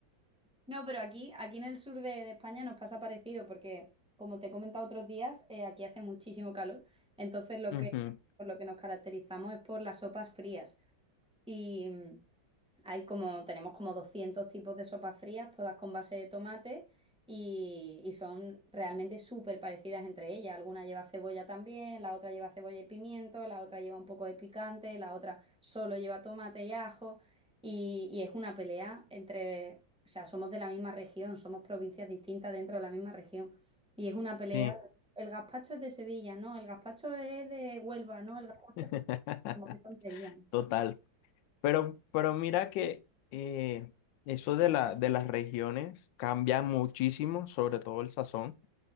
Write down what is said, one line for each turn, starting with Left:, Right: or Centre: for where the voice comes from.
Centre: No, pero aquí, aquí en el sur de, de España nos pasa parecido porque, como te he comentado otros días, eh, aquí hace muchísimo calor. Entonces, lo
Left: Ujú,
Centre: que, por lo que nos caracterizamos es por las sopas frías. Y mm, hay como, tenemos como 200 tipos de sopas frías, todas con base de tomate y, y son realmente súper parecidas entre ellas. Alguna lleva cebolla también, la otra lleva cebolla y pimiento, la otra lleva un poco de picante, la otra solo lleva tomate y ajo y, y es una pelea entre, o sea, somos de la misma región, somos provincias distintas dentro de la misma región y es una pelea.
Left: Sí.
Centre: El gazpacho es de Sevilla, ¿no? El gazpacho es de Huelva, ¿no? El gazpacho,
Left: <laughs>
Centre: como qué tontería.
Left: Total. Pero, pero mira que eh, eso de la, de las regiones cambia muchísimo, sobre todo el sazón.